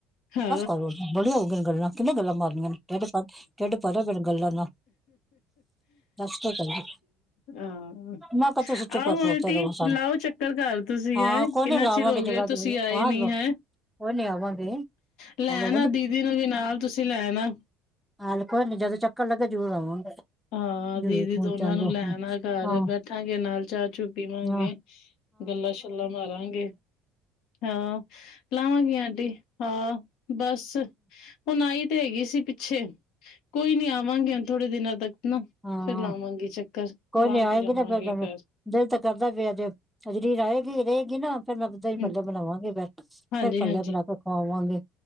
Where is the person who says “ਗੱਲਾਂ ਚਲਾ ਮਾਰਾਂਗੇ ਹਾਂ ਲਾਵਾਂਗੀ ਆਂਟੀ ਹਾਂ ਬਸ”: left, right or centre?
Left